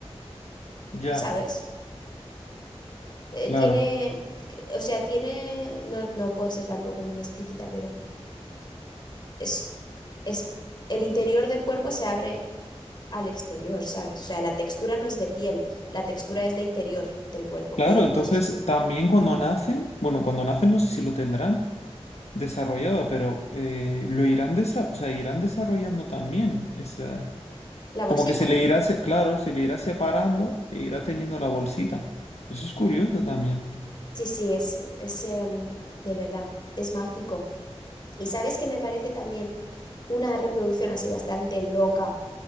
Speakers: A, on the left; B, on the left.
A: Ya,
B: ¿sabes? Eh,
A: claro.
B: tiene, o sea, tiene, no, no puedo ser tampoco muy explícita, pero es, es, el interior del cuerpo se abre al exterior, ¿sabes? O sea, la textura no es de piel, la textura es de interior del cuerpo.
A: Claro,
B: Me,
A: entonces
B: no sé si-
A: también cuando nacen, bueno, cuando nacen no sé si lo tendrán desarrollado, pero eh, lo irán, desa- o sea, irán desarrollando también esa.
B: la
A: Como
B: bolsita.
A: que se le irá, se- claro, se le irá separando e irá teniendo la bolsita. Eso es curioso también.
B: Sí, sí, es, es, em, de verdad, es mágico. Y sabes que me parece también una reproducción así bastante loca,